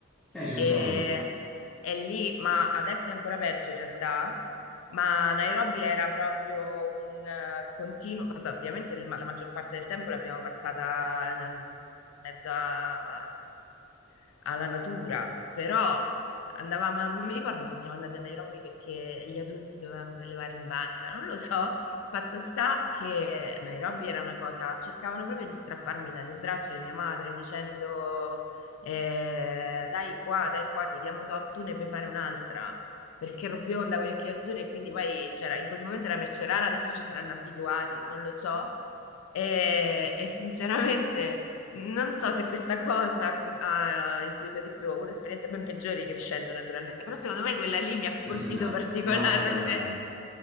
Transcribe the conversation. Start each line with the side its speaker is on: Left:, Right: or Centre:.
Centre: E ci sono
Left: E,
Centre: stato,
Left: e lì, ma adesso è ancora peggio in realtà, ma Nairobi era proprio un eh, continuo, vabbè, ovviamente il- la maggior parte del tempo l'abbiamo passata eh, in mezzo a, alla natura, però andavamo, a- non mi ricordo se siamo andati a Nairobi perché gli adulti dovevano prelevare in banca, non lo so. Fatto sta che Nairobi era una cosa, cercavano proprio di strapparmi dalle braccia di mia madre dicendo eh, dai qua, dai qua, ti diamo tot, tu ne puoi fare un'altra. Perché ero bionda con gli occhi azzurri e quindi poi c'era, in quel momento era merce rara, adesso ci saranno abituati, non lo so, e, e sinceramente non so se questa cosa ha, com- ha influito di più. Ho avuto esperienze ben peggiori crescendo, naturalmente, però secondo me quella lì mi ha
Centre: l'ho
Left: colpito
Centre: segnato.
Left: <laughs> particolarmente.
Centre: Ma guarda,